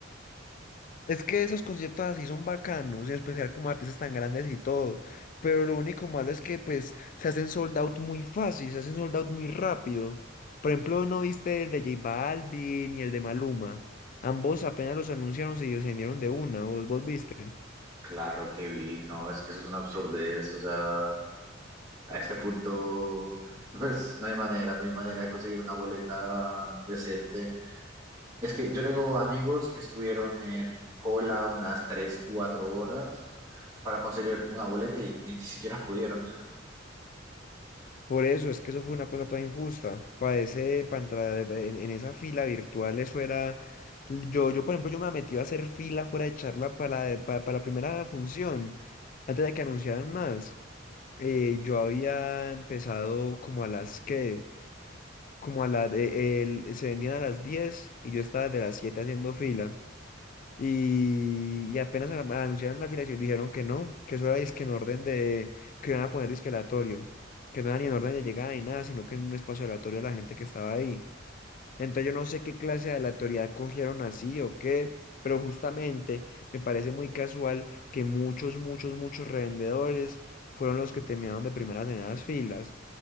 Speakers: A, on the left (about 45°); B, on the right (about 20°).
A: Es que esos conciertos así son bacanos, en especial como artistas tan grandes y todo. Pero lo único malo es que pues se hacen sold out muy fácil, se hacen sold out muy rápido. Por ejemplo, ¿no viste el de J Balvin y el de Maluma? Ambos apenas los anunciaron, se vendieron de una, ¿vos, vos viste?
B: Claro que vi, no, es que eso es una absurdez, o sea, a este punto, pues no hay manera, no hay manera de conseguir una boleta decente. Es que yo tengo amigos que estuvieron en cola unas 3 4 horas para conseguir una boleta y ni, ni siquiera pudieron.
A: Por eso, es que eso fue una cosa toda injusta. Para ese, para entrar en, en esa fila virtual, eso era. Yo, yo, por ejemplo, yo me metí a hacer fila fuera de charla para, de- pa- para la primera función, antes de que anunciaran más. Eh, yo había empezado como a las que, como a las, se vendían a las 10 y yo estaba de las 7 haciendo fila. Y, y apenas a- anunciaron la afiliación, dijeron que no, que eso era disque en orden de, que iban a poner disque aleatorio, que no era ni en orden de llegada ni nada, sino que en un espacio aleatorio a la gente que estaba ahí. Entonces yo no sé qué clase de aleatoriedad cogieron así o qué, pero justamente me parece muy casual que muchos, muchos, muchos revendedores fueron los que terminaron de primeras en las filas.